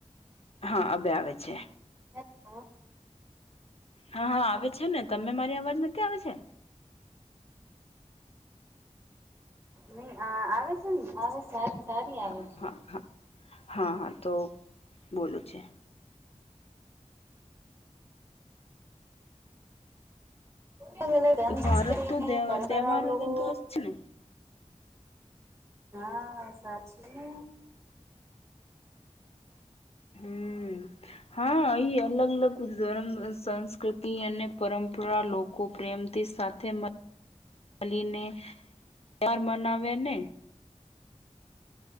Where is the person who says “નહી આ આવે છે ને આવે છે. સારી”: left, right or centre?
Right